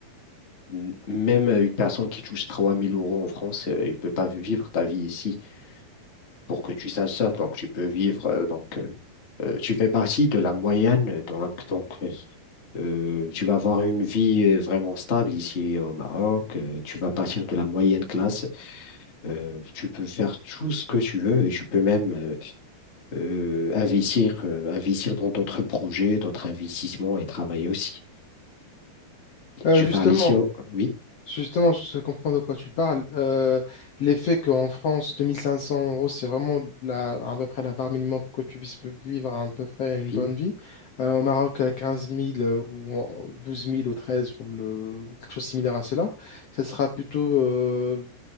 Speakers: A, on the left; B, on the left.
A: m- même une personne qui touche 3000 euros en France, euh, il peut pas vivre ta vie ici pour que tu saches ça. Donc, tu peux vivre euh, donc euh, tu fais partie de la moyenne, donc, donc euh, euh, tu vas avoir une vie euh, vraiment stable ici au Maroc, euh, tu vas partir de la moyenne classe, euh, tu peux faire tout ce que tu veux et tu peux même euh, euh, investir, euh, investir dans d'autres projets, d'autres investissements et travailler aussi.
B: Euh,
A: Je
B: justement,
A: parle ici au... Oui,
B: Justement, je comprends de quoi tu parles. Euh, l'effet qu'en France, 2500 euros, c'est vraiment la, à peu près la barre minimum pour que tu puisses vivre à, peu près une
A: oui,
B: bonne vie. Euh, au Maroc, à 15 000 euh, ou en- 12 000 ou 13 ou le, quelque chose de similaire à cela, ça sera plutôt euh,